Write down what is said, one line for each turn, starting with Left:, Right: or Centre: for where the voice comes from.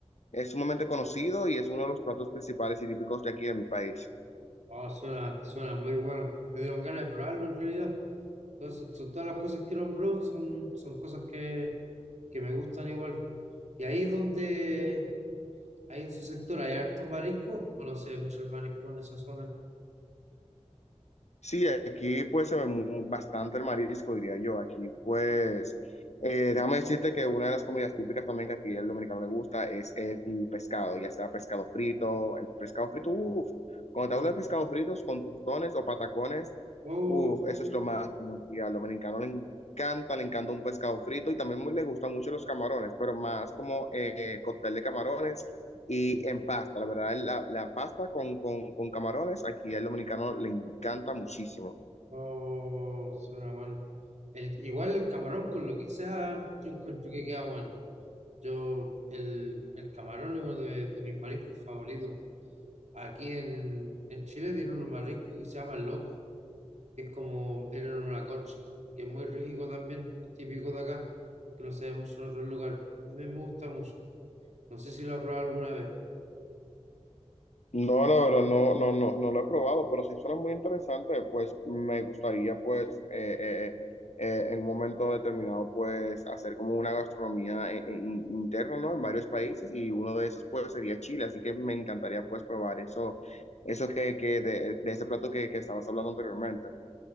Left: es sumamente conocido y es uno de los platos principales y típicos de aquí de mi país.
Right: Ah, suena, suena muy bueno. Me dieron ganas de probarlo en realidad. Entonces, to- todas las cosas que nombró son, son cosas que, que me gustan igual. Y ahí es donde, Ahí en su sector hay harto marisco, o no se ve mucho el marisco en esa zona.
Left: Sí, aquí pues se ve mu- bastante el marisco, diría yo. Aquí pues, eh, déjame decirte que una de las comidas típicas también que aquí el dominicano le gusta es el pescado, ya sea pescado frito, el pescado frito, uff, cuando te
Right: Uf,
Left: hablo de pescado fritos con tostones o patacones,
Right: uf,
Left: uff, eso es lo más, como aquí al dominicano le encanta, le encanta un pescado frito y también muy- le gustan mucho los camarones, pero más como eh, cóctel de camarones y en pasta, la verdad, la, la pasta con, con, con camarones, aquí al dominicano le encanta muchísimo.
Right: oh, suena bueno. El, igual el camarón con lo que sea, yo encuentro que queda bueno. Yo, el, el camarón es uno de, de mis mariscos favoritos. Aquí en, en Chile tienen un marisco que se llama el loco, que es como, tienen una concha, que es muy rico también, es típico de acá, que no se ve mucho en otros lugares. que También me gusta mucho. No sé si lo has probado alguna vez.
Left: No, la verdad, no, no, no, no lo he probado, pero sí suena muy interesante, pues me gustaría, pues, eh, eh, eh, eh, en un momento determinado, pues, hacer como una gastronomía en- en- interna, ¿no? En varios países y uno de esos, pues, sería Chile, así que me encantaría, pues, probar eso, eso que, que de, de ese plato que, que estabas hablando anteriormente.